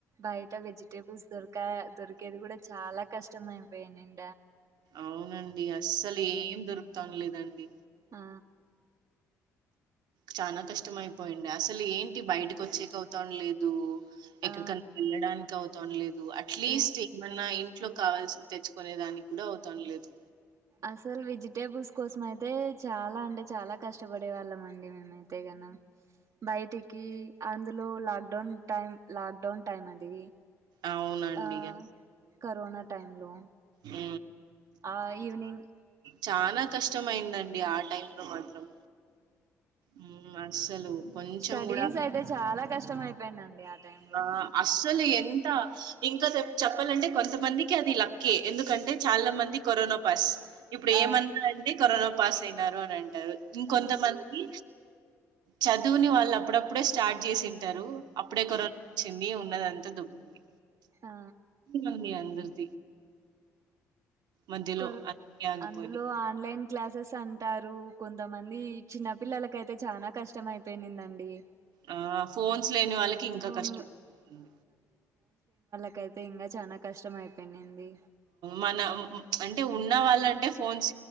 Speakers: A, on the right; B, on the right.
A: బయట వెజిటేబుల్స్ దొరకా దొరికేది కూడా చాలా కష్టం అయిపోయా నిం
B: అవునండి అస్సలు ఏం దొరుకు తొనలేదండి
A: ఆ
B: చనా కష్టంమయిపోయిండె అసలు ఏంటి బయటకు వచ్చేక అవుతాం లేదు ఎక్కడికన్నా
A: ఆ
B: వెళ్ళడానికి అవుతు తొనలి అట్లీస్ట్
A: ఏ
B: ఏమన్నా ఇ ఇంట్లో కావాల్సిిన తెచ్చుకునే దానికి కూడా అవుతంలేదు
A: అసలు వెజిటేబుల్స్ కోసం అయితే చాలా అంటే చాలా కష్టపడే వాళ్ళండి ైతే కదా బయటికి అందులో లాక్డౌన్ టైం లాక్డౌన్ టైమ్ అది
B: అవునండి
A: ఆ కరోనా టైంలో
B: ఆ
A: ఆ ఈవనింగ్
B: చనాా కష్టంమయిందండి ఆ టైం లో మాత్రం హ్మ్. అస్సలు కొంచెం
A: స్టడీస్
B: గూడా
A: అయితే చాలా కష్టం అయిపోయిందండి ఆ టైం లో
B: ఆ అస్సలు ఎంత ఇంకా చెప్పాలంటే కొంతమందికి అది లక్కే ఎందుకంటే చాలా మంది కరోనా పస్ ఇప్పుడు
A: ఆ
B: ఏమన్నా అంటే కరోనా పాస్ సైమారు అ రండి ఇంకొంత
A: ఆ
B: మంది చదువుని వాళ్ళు అప్పుడప్పుడే స్టార్ట్ చేసింటారు అప్పుడే క ీ ఉన్నదంతా దుకుంది
A: ఆ
B: మంది అందరు <unintelligible> మధ్యలో
A: కొ
B: అన్నీ ఆగిపోయినయి.
A: అందులో ఆన్లైన్ క్లాసెస్ అంటారు కొంతమంది చిన్న పిల్లలకయితే చాలా కష్టం అయిపోయిందండి
B: ఆ ఫోన్స్ లేని వాళ్ళకి ఇంకా
A: ఫోన్
B: కష్టంతుంది
A: ఇకైతే ఇంకా చానా కష్టం అయిపోయింది
B: మన అంటే ఉన్న వాళ్ళంటే ఫోన్స్